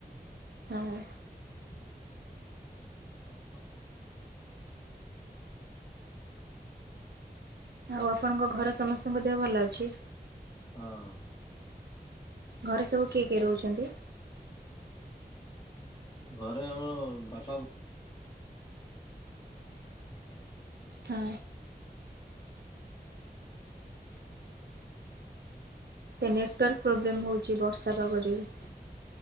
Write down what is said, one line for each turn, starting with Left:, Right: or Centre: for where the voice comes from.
Right: ହଁ।
Left: ସବୁ ଭଲ <unintelligible>
Right: ଆଉ ଆପଣଙ୍କ ଘର ସମସ୍ତଙ୍କ ଦେହ ଭଲ ଅଛି?
Left: ହଁ।
Right: ଘରେ ସବୁ କିଏ କିଏ ରହୁଛନ୍ତି?
Left: ଘରେ ଆମର ବାପା
Right: ହଁ। ଏ ନେଟୱାର୍କ ପ୍ରୋବ୍ଲେମ୍ ହେଉଛି ବର୍ଷା ପାଗ ଯୋଗୁଁ।